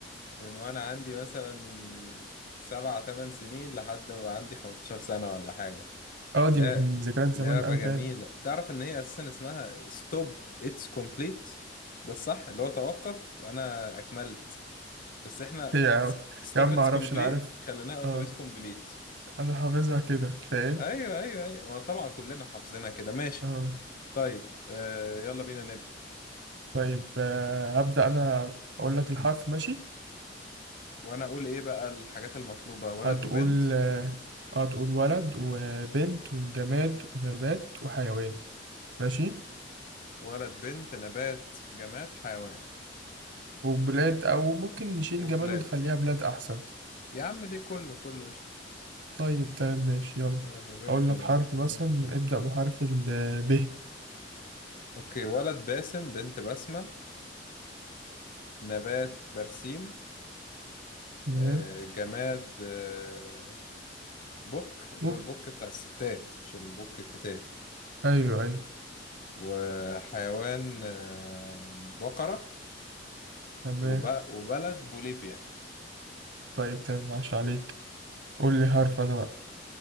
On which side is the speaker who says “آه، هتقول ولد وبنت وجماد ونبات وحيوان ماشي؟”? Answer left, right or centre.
Right